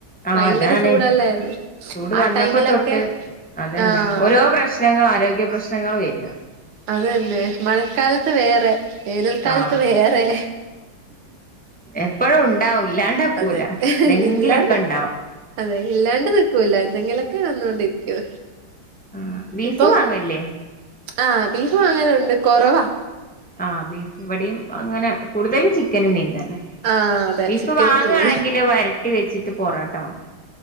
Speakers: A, in the centre; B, on the right (about 85°).
A: ആഹ്
B: ഭയങ്കര
A: അതാണ്
B: ചൂടല്ലായിരുന്നു
A: ചൂട്
B: ആ
A: വന്നപ്പോതൊട്ട്
B: ടൈമിലൊക്കെ
A: അതന്നെ
B: ആഹ്
A: ഓരോപ്രശ് നങ്ങൾ ആരോഗ്യപ്രശ്നങ്ങള് വെര
B: അതന്നെ മഴക്കാലത്ത് വേറെ വേനൽക്കാലത്ത്
A: ആഹ്
B: വേറെ
A: എപ്പഴും ഉണ്ടാവും ഇല്ലാണ്ടക്കൂല
B: അതെ
A: എന്തെങ്കിലൊക്കെ
B: ഇല്ലാണ്ട്
A: ഇണ്ടാവും
B: അതെ ഇല്ലാണ്ട്നിക്കൂല എന്തെങ്കിലൊക്കെ വന്നോണ്ടിരിക്കും
A: ആഹ് ബീഫ്
B: ഇപ്പം
A: വാങ്ങൽല്ലേ
B: ആഹ് ബീഫ്‌ വാങ്ങലുണ്ട് കൊറവാ
A: ആഹ് ബീഫ് ഇവടിം അങ്ങനെ കൂടുതലുംചിക്കനും മീൻതന്നെ
B: ആഹ് അതെ
A: ബീഫ്
B: ചിക്കനും
A: വാങ്ങാണെങ്കില്
B: മീനും
A: വരട്ടിവെച്ചിട്ട് പൊറാട്ട വാങ്ങും